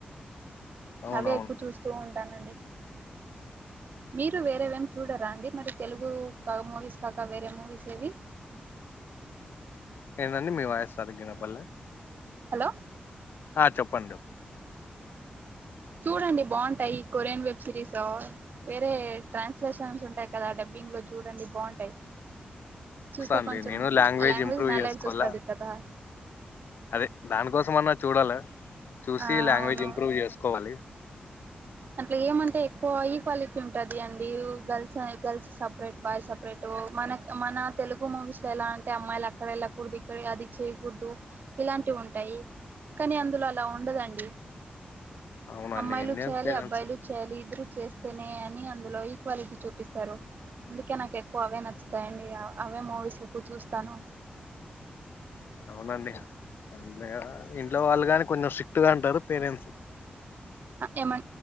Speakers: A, on the left; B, on the right.
A: అవునవును
B: అవే ఎక్కువ చూస్తూ ఉంటానండి మీరు వేరేవి ఏం చూడరా అండి మరి తెలుగు మూవీస్ కాక వేరే మూవీస్ ఏవి
A: ఏందండి మీ వాయిస్ సరిగ్గా వినపల్లె
B: హలో
A: ఆ చెప్పండి
B: చూడండి బాగుంటాయి కొరియన్ వెబ్ సిరీస్ వేరే ట్రాన్స్లేషన్స్ ఉంటాయి కదా డబ్బింగ్ లో చూడండి బాగుంటాయి చూస్తా
A: అండి
B: కొంచెం
A: నేను
B: లాంగ్వేజ్
A: ఇంప్రూవ్
B: నాలెడ్జ్
A: చేసుకోవాలా
B: వస్తది కదా
A: అదే దానికోసం అన్నా చూడాలా చూసి
B: ఆవును
A: లాంగ్వేజ్ ఇంప్రూవ్ చేసుకోవాలి
B: అట్లా ఏమంటే ఎక్కువ ఈక్వాలిటీ ఉంటది అండి girls girls separate boy separate మన మన తెలుగు మూవీస్ లో ఎలా అంటే అమ్మాయిలు అక్కడ వెళ్ళకూడదు ఇక్కడ అది చేయకూడదు ఇలాంటివి ఉంటాయి కానీ అందులో అలా ఉండదండి
A: అవునండి
B: అమ్మాయిలు
A: ఇండియన్
B: చెయ్యాలి
A: పేరెంట్స్
B: అబ్బాయిలు చేయాలి ఇద్దరు చేస్తేనే అని అందులో ఈక్వాలిటీ చూపిస్తారు అందుకే నాకు ఎక్కువ అవే నచ్చుతాయండి అవే మూవీస్ ఎక్కువ చూస్తాను
A: అవునండి అ ఇంట్లో వాళ్ళు కాని కొంచెం స్ట్రిక్ట్ గా ఉంటారు పేరెంట్స్
B: ఏమ